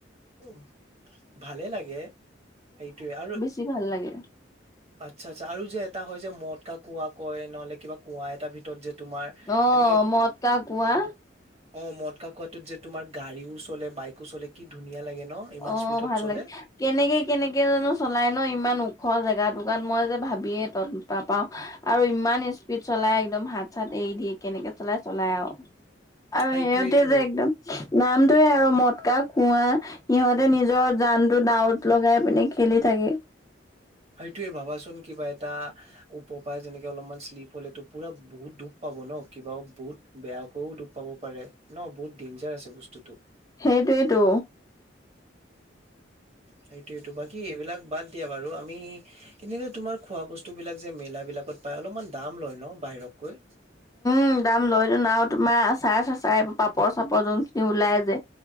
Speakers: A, on the right; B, on the left.
A: উ ভালে লাগে, সেইটোৱে আৰু
B: জি ভাল লাগে।
A: আচ্ছা আচ্ছা আৰু যে এটা হয় যে মদকা কুৱা কয় নহলে কিবা কুঁৱা এটাৰ ভিতৰত যে তোমাৰ
B: অ
A: এনেকে
B: মদ কা কোৱা।
A: অ মদ কা কোৱাটোত যে তোমাৰ গাড়ীও চলে, বাইকো চলে কি ধুনীয়া লাগে ন? ইমান
B: অ
A: স্পীডত
B: ভাল
A: চলে
B: লাগে। কেনেকে কেনেকে জানো চলাই ন ইমান ওখ জেগা টকাত মই যে ভাবিয়ে তত তাপাও আৰু ইমান স্পীড চলাই একদম হাত - চাত এৰি দিয়ে কেনেকে চলাই - চলাই আৰু? আৰু
A: সেইটোৱেইটো
B: সিহঁতে যে একদম, নামটোৱে আৰু মটকা কুৱা সিহঁতে নিজৰ জানটো ডাৱত লগাই পিনে খেলি থাকে।
A: সেইটোৱে ভাবাচোন কিবা এটা উপপায় যেনেকে অলপমান শ্লিপ হলেটো পুৰা বহুত দুখ পাব ন কিবাও বহুত বেয়াকৈও দুখ পাব পাৰে ন, বহুত ডেইঞ্জাৰ আছে বস্তুটো।
B: সেইটোৱেটো।
A: সেইটোৱেটো বাকী এইবিলাক বাদ দিয়া বাৰু, আমি এনে তোমাৰ খোৱা বস্তুবিলাক যে মেলাবিলাকত পাই অলপমান দাম লয় ন বাহিৰতকৈ?
B: উম দাম লৈত নাও আৰু তোমাৰ আচাৰ - চাচাৰ, পাপৰ - চাপৰ যোনখিনি ওলাই যে